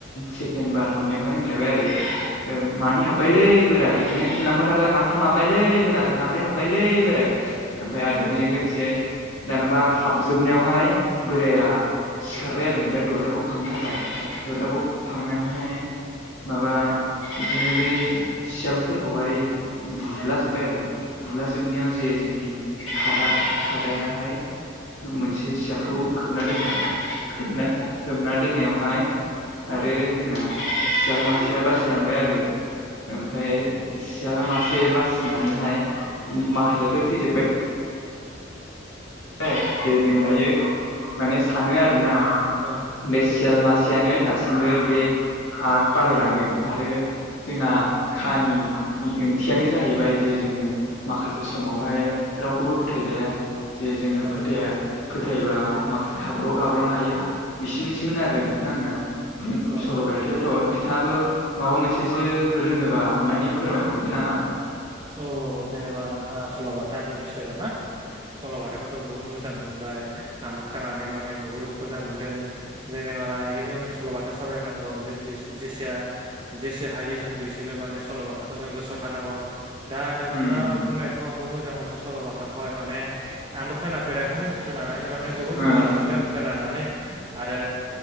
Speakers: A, on the left; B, on the right.
A: सेकेणड बार हाबनायावहाय होनलायबाय आरो मानै हाबबायलै बोराय बिदिनो होनोलांबाय थाबाय माथाम हाबबायलै बोराय माब्रै हाब हाबब्बायलै बोराय ओमफ्राय आरो
B: औ औ
A: बेजों लोगोसे दानाबा हाबजोबनायावहाय बोराया सिखारबाय आरो ओमफ्राय दरजाखौ फांना होबाय
B: औ
A: दरजाखौ फांनानैहाय माबा बिदिनो
B: औ
A: बे सियालफोरखौहाय बुला जोब्बाय आरो बुलाजोबनायाव जे जोंनि खादा खादायाहाय मोनसे सियालखौ खोबना दोनबाय खोबना खोबना दोननायावहाय
B: औ
A: आरो जोंना सियाल मासेया बासिलांबाय आरो ओमफ्राय सियाला मासे बासिनानैहाय माखासेयाथ' थैजोब्बाय औ दे जों
B: औ
A: दायो <unintelligible> माने सानो आरो ना
B: औ
A: बे सियाल मासेयानो दासो दासिमबो बे आ बारायलांदों आरो जोंना
B: औ
A: खानि नि ओंथियानो जाहैबाय जे जोङो माखासे समावहाय रावखौबो फोथायजाया जे जोङो
B: औ
A: फोथाया फोथायबा माखासे हाब्रु' गाब्र'नो हायो बिसिमनिसोमोन आरो बिथाङा आंना
B: औ
A: सल'बायाथ'थ बिथाङाबो माबा मोनसे रोङोबा अननानै फोरमायहरदो नामा
B: औ औ जेनेबा नोंथाङा सल'बाथानि बिसय बा ना सल'बाथाखौथ' बुहुत मोजां होनबाय आंबो खोनानानै माने बुहुत मोजां मोनदों जेनेबा बिदिनो जों सल'बाथा सावरायनांगौ जेसेया <unintelligible> जेसे हायो जों बिसोरनो माने सल'बाथाखौ जों गोसोआव थानांगौ दा नोंथाङा
A: उम
B: बुंनाय बेखौ आंबो मोजां मोनो सल'बाथाखौाय माने आंबो खोनाफेराखैमोन खोनानानै माने बुहुत
A: ओं
B: मोजां मोन्दों खोनानानै आरो